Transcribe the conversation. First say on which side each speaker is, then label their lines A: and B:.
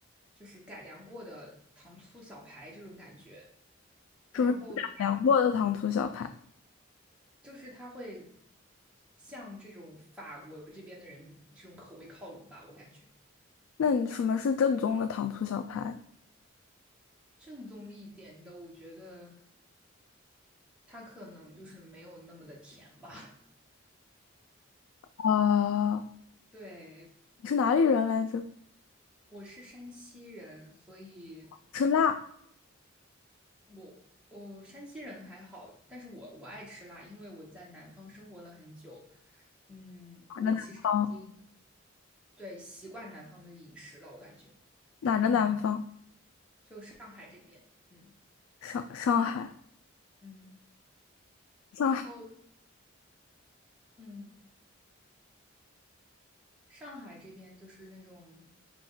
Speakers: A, in the centre; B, on the left.
A: 就是改良过的糖醋小排这种感觉。然后它
B: 什么是改良过的糖醋小排？
A: 就是他会向这种法国这边的人这种口味靠拢吧，我感觉。
B: 那你什么是正宗的糖醋小排？
A: 正宗一点的，我觉得它可能就是没有那么的甜吧。
B: 啊、
A: <laughs> 对，
B: 你是哪里人来着？
A: 我是山西人，所以
B: 吃辣？
A: 我我山西人还好，但是我我爱吃辣，因为我在南方生活了很久。嗯，我其实已经
B: 哪个南方？
A: 对习惯南方的饮食了，我感觉
B: 哪个南方？
A: 就上海这边，嗯
B: 上上海，
A: 嗯，
B: 上海，
A: 然后嗯。上海这边就是那种